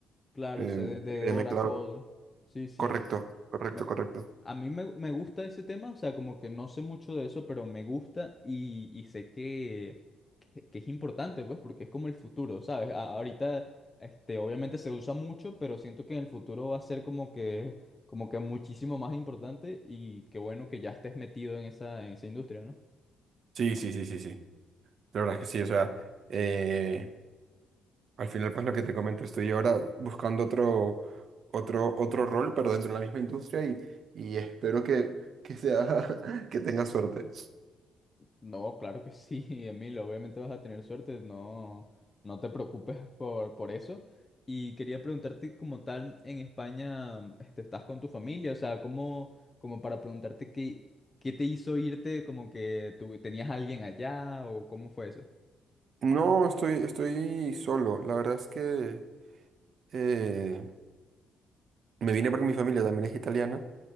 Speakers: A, on the left (about 25°); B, on the right (about 60°).
A: claro,
B: eh,
A: sé de, de
B: IBM
A: Oracle.
B: Cloud.
A: Sí, sí.
B: Correcto, correcto,
A: Me-
B: correcto.
A: A mí me, me gusta ese tema, o sea, como que no sé mucho de eso, pero me gusta y, y sé que, que, que es importante, pues, porque es como el futuro, ¿sabes? A- ahorita, este, obviamente se usa mucho, pero siento que en el futuro va a ser como que, como que muchísimo más importante y qué bueno que ya estés metido en esa, en esa industria, ¿no?
B: Sí, sí, sí, sí, sí. La verdad es que sí. O sea, eh, al final, pues lo que te comento, estoy ahora buscando otro, otro, otro rol, pero dentro de la misma industria y, y espero que, que sea, <laughs> que tenga suerte.
A: No, claro que sí, <laughs> Emilio, obviamente vas a tener suerte, no, no te preocupes <laughs> por, por eso. Y quería preguntarte como tal, en España, mm, este, ¿estás con tu familia? O sea, ¿cómo, como para preguntarte qué, qué te hizo irte, como que tú tenías a alguien allá o cómo fue eso?
B: No, estoy, estoy solo. La verdad es que eh, me vine porque mi familia también es italiana